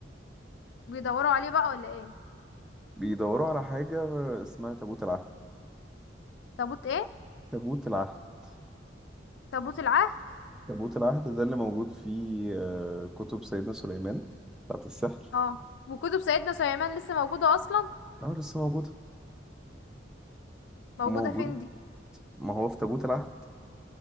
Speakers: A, on the left; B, in the centre.
A: بيدوروا عليه بقى ولا ايه
B: بيدوروا على حاجة آه، اسمها تابوت العهد
A: تابوت ايه
B: تابوت العهد
A: تابوت العهد
B: تابوت العهد ده اللي موجود في آه، كتب سيدنا سليمان بتاعت السحر
A: اه وكتب سيدنا سليمان لسه موجودة اصلا
B: اه لسه موجود
A: موجودة
B: وموجود
A: فين دي
B: ما هو في تابوت العهد